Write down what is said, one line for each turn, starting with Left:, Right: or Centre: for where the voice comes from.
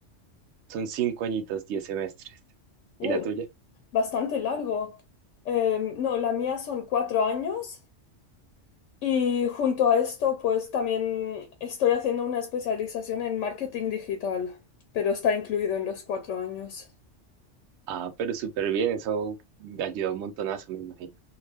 Right: Son cinco añitos, diez semestres.
Left: Uh,
Right: ¿Y la tuya?
Left: bastante largo. Em, no, la mía son cuatro años y junto a esto pues también estoy haciendo una especialización en marketing digital, pero está incluido en los cuatro años.
Right: Ah, pero súper bien, eso ayuda un montonazo, me imagino.